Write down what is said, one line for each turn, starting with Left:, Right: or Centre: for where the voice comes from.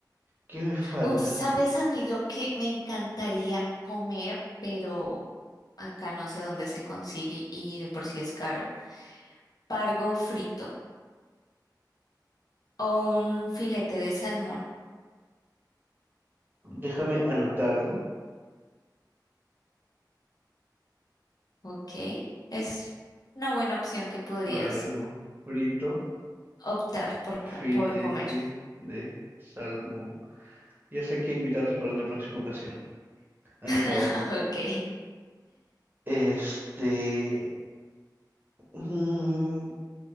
Right: ¿Qué me falta?
Left: Uf, ¿sabes a mí lo que me encantaría comer, pero acá no sé dónde se consigue y de por sí es caro? Pargo frito o un filete de salmón,
Right: Déjame anotarlo.
Left: ¿ok? Es una buena opción que podrías
Right: Pargo frito,
Left: optar por,
Right: filete
Left: co- por comer.
Right: de salmón. Ya sé que invitarte para una próxima ocasión. Anotado.
Left: <laughs> Ok.
Right: Este... mm,